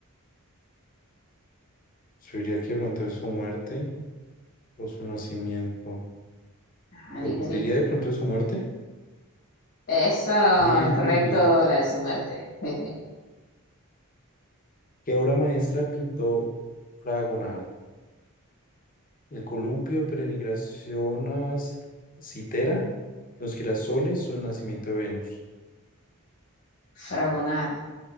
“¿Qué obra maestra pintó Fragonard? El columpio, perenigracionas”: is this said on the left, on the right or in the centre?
Left